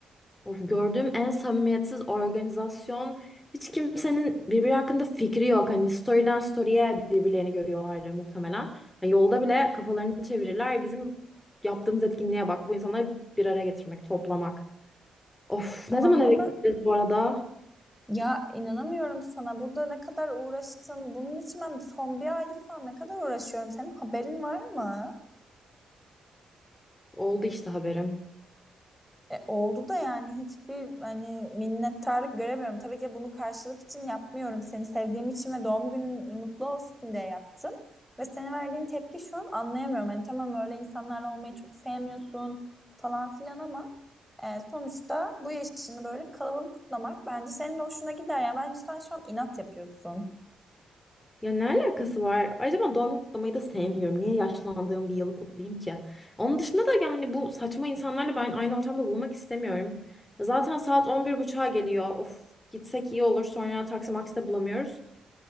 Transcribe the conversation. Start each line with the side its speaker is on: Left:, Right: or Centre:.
Left: Of, gördüğüm en samimiyetsiz organizasyon. Hiç kimsenin birbiri hakkında fikri yok. Hani story'den story'e birbirlerini görüyorlardı muhtemelen. Hani yolda bile kafalarını çevirirler. Bizim yaptığımız etkinliğe bak. Bu insanları bir araya getirmek, toplamak. Of,
Centre: Tamam
Left: ne zaman eve
Centre: ama
Left: gideceğiz bu arada?
Centre: Ya inanamıyorum sana. Burada ne kadar uğraştım. Bunun için ben son bir aydır falan ne kadar uğraşıyorum. Senin haberin var mı?
Left: Oldu işte haberim.
Centre: E, oldu da yani hiçbir hani minnettarlık göremiyorum. Tabii ki bunu karşılık için yapmıyorum. Seni sevdiğim için ve doğum günün mutlu olsun diye yaptım. Ve senin verdiğin tepki şu an anlayamıyorum. Hani tamam öyle insanlarla olmayı çok sevmiyorsun falan filan ama e, sonuçta bu yaşını böyle kalabalık kutlamak bence senin de hoşuna gider. Yani bence sen şu an inat yapıyorsun.
Left: Ya ne alakası var? Ayrıca ben doğum günü kutlamayı da sevmiyorum. Niye yaşlandığım bir yılı kutlayayım ki? Onun dışında da yani bu saçma insanlarla ben aynı ortamda bulunmak istemiyorum. Zaten saat 11.30'a geliyor. Of gitsek iyi olur. Sonra taksi maksi de bulamıyoruz.